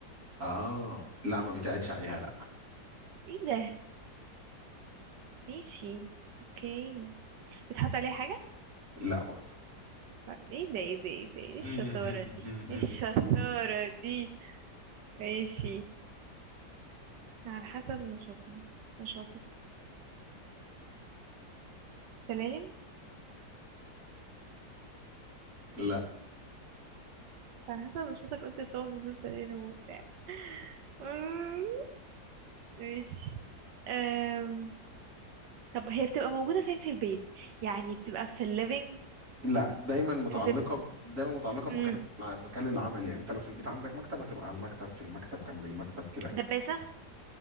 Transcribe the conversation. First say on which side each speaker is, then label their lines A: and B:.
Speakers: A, on the right; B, on the right.
A: اه لا ما بيتقعدش عليها لا
B: ايه ده ماشي اوكي بيتحط عليها حاجة
A: لا برضه
B: بعد- ايه ده ايه ده ايه ده ايه
A: <laughs>
B: الشطارة دي ايه الشطارة دي ماشي على حسب نشاطها نشاطك سلالم
A: لا
B: على حسب نشاطك قلت تطلعوا نزول سلالم وبتاع أمم، ماشي أم... طب هي بتبقى موجودة فين في البيت يعني بتبقى في الليفينج
A: لا دايما متعلقه
B: ريسبت
A: ب... دايما متعلقه بمكان
B: أمم،
A: مكان العمل يعني انت لو في البيت عندك مكتب هتبقى على المكتب في المكتب جنب المكتب كده
B: دباسة